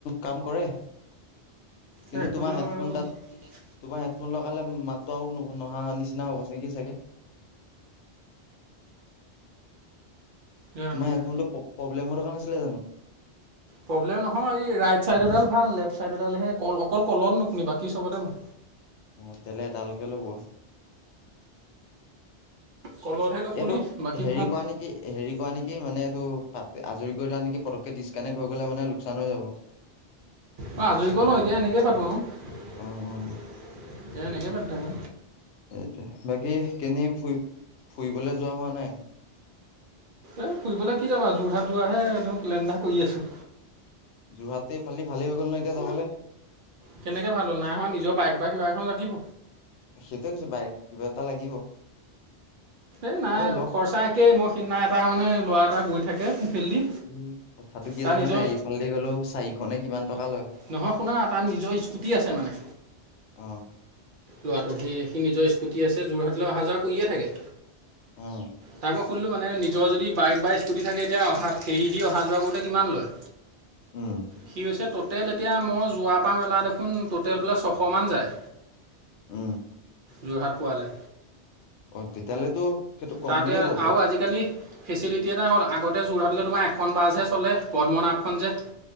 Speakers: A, on the left (about 80°); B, on the right (about 55°).
A: কাম কৰে। কিন্তু
B: হেডফোনে
A: তোমাৰ হেডফোনডাত
B: লগাই লব লাগিব।
A: তোমাৰ হেডফোন লগালে মাততো আও নহা নিচিনা হব নে কি চাগে। <inaudible>
B: জানো
A: তোমাৰ
B: পাই।
A: হেডফোনটো প্ৰব্লেমৰ থকা নাছিলে জানো
B: প্ৰব্লেম নহয় এই ৰাইড চাইডডাল ভাল, লেফ্ট চাইড ডালহে কল অকল কলত নুশুনিবা বাকী চবতে ভাল।
A: অ তেলে এডালকে লগোৱা
B: কলতহে নুশুনি
A: এইটো
B: বাকী
A: হেৰি
B: ভাল
A: কৰা নেকি হেৰি কৰা নেকি মানে এইটো পা আজৰি কৰিলা নেকি পটককে। ডিছকানেক্ট হৈ গলে' মানে লোকচান হৈ যাব।
B: অ আজৰি কৰি ল‌ও। এতিয়া এনেকে পাতো আও। এতিয়া
A: অ
B: এনেকে পাতি থাকো।
A: এইটোৱে। বাকী কেনিও ফুৰি ফুৰিবলৈ যোৱা হোৱা নাই?
B: এই ফুৰিবলৈ কি যাবা? যোৰহাট যোৱাহে এটো প্লেন এটা কৰি আছোঁ।
A: যোৰহাটতে এইফালদি ভালেই হৈ গ'ল ন এতিয়া যাবলে।
B: কেনেকে ভাল হ'ল? নাই হোৱা নিজৰ বাইক বা কিবা এখন লাগিব।
A: সেইটোয়ে কৈছো। বাইক, কিবা এটা লাগিব।
B: এই নাই
A: অ লগ
B: খৰচা একেই। মই সিদিনা এটা মানে ল'ৰা এটা গৈ থাকে সেইফালেদি
A: এ কথাটো কি
B: তাৰ
A: জানা
B: নিজৰ
A: নাই? এইফালেদি গলেও চাৰিশ নে কিমান টকা লয়
B: নহয়, শুনা তাৰ নিজৰ স্কুটি আছে মানে।
A: অ
B: ল'ৰাটোৰ সি সি নিজৰ স্কুটি আছে। যোৰহাটলৈ অহা যোৱা কৰিয়ে থাকে।
A: অ।
B: তাক মই সুধিলোঁ মানে নিজৰ যদি বাইক বা স্কুটি থাকে এতিয়া অহা ফেৰী দি অহা যোৱা কৰোঁতে কিমান লয়।
A: উম
B: সি কৈছে ত টটেল এতিয়া মই যোৱা পৰা মেলা দেখোন টটেল বোলে ছশমান যায়।
A: উম
B: যোৰহাট পোৱালে।
A: অ তেতিয়াহ'লেতো সেইটো কম
B: তাতে
A: বুলিয়ে ক'ব পাৰি
B: আৰু আজিকালি ফেচিলিটি এটা হ'ল আগত তে যোৰহাটলৈ তোমাৰ এখন বাছহে চলে পদ্মনাভখন যে।